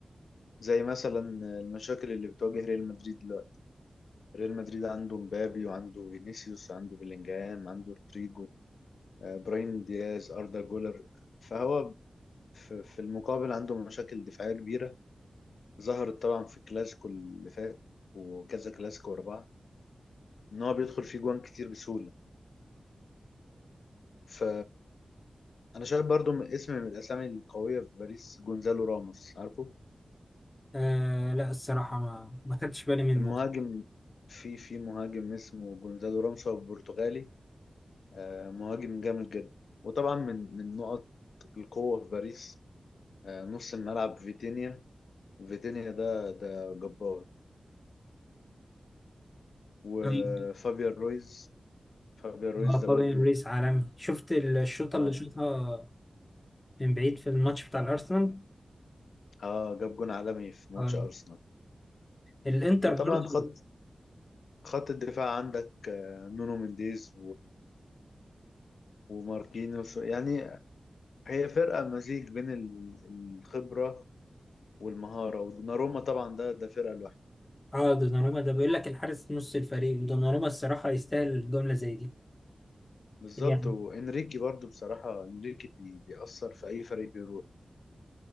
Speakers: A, on the left; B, on the left.
A: زي مثلا المشاكل اللي بتواجه ريال مدريد دلوقتي ريال مدريد عنده مبابي وعنده فينيسيوس عنده بيلينجهام عنده رودريجو آه، براين دياز أردا جولر فهو في في المقابل عنده مشاكل دفاعية كبيرة ظهرت طبعا في الكلاسيكو اللي فات وكذا كلاسيكو ورا بعض إن هو بيدخل فيه جوان كتير بسهولة <clears throat> ف انا شايف برضو من اسم من الاسامي القويه في باريس جونزالو راموس عارفه
B: آه لا الصراحة ما ما خدتش بالي منه
A: المهاجم في في مهاجم اسمه جونزالو راموس هو برتغالي آه، مهاجم جامد جدا وطبعا من من نقط القوه في باريس آه، نص الملعب فيتينيا فيتينيا ده ده جبار وفابيان
B: طيب
A: رويز فابيان رويز
B: آه،
A: ده
B: فابيان
A: برضو
B: ريس عالمي شفت الشوطة
A: اه
B: اللي شوطها من بعيد في الماتش بتاع الأرسنال
A: اه جاب جون عالمي في ماتش
B: آه.
A: ارسنال
B: الانتر
A: وطبعا
B: برضه
A: خط خط الدفاع عندك آه، نونو مينديز وماركينوس يعني هي فرقة مزيج بين ال- الخبرة والمهارة ودوناروما طبعا ده ده فرقة لوحده
B: اه دوناروما ده بيقول لك الحارس نص الفريق ودوناروما الصراحة يستاهل جملة زي دي
A: بالظبط
B: يعني
A: وانريكي برضو بصراحة انريكي بي- بيأثر في أي فريق بيروح